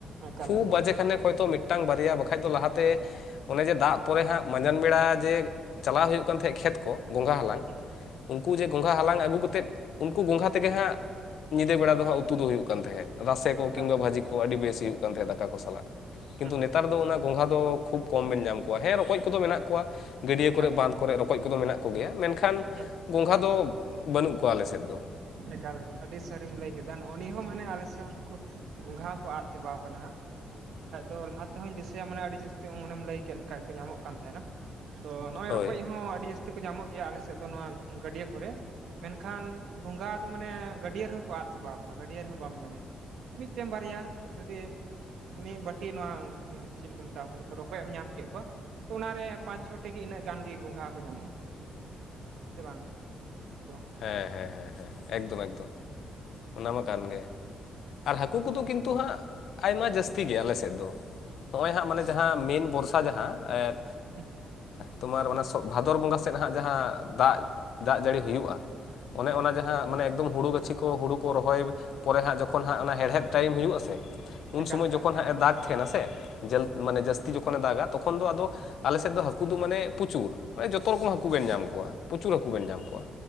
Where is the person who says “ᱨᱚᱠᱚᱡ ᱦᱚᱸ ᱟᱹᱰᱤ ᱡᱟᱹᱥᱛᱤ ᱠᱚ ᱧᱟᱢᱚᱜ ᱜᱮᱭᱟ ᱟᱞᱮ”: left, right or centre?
Right